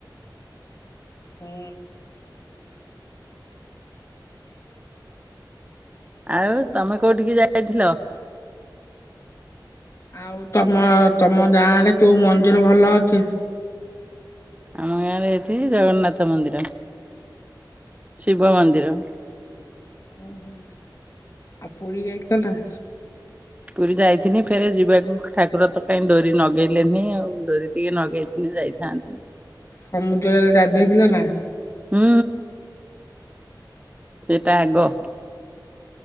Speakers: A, on the left; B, on the right.
A: ହୁଁ।
B: ଆଉ ତମେ କୋଉଠିକି ଯାଇଥିଲ?
A: ଆଉ ତମ ତମ ଗାଁ ରେ କୋଉ ମନ୍ଦିର ଭଲ ଅଛି?
B: ଆମ ଗାଁରେ ଏଠି ଜଗନ୍ନାଥ ମନ୍ଦିର। ଶିବ ମନ୍ଦିର।
A: ଓହୋ ଆଉ ପୁରି ଜାଈ ଥିଲନା?
B: ପୁରୀ ଯାଇଥିନି ଫେରେ ଯିବାକୁ ଠାକୁର ତ କାଇ ଡୋରି ନଗେଇଲେନିଁ ଆଉ ଡୋରି ଟିକେ ନଗେଇଥିଲେ ଯାଇଥାନ୍ତି।
A: ସମୁଦ୍ରରେ ଗାଧେଇ ଥିଲା ନା?
B: ହୁଁ। ସେଟା ଆଗ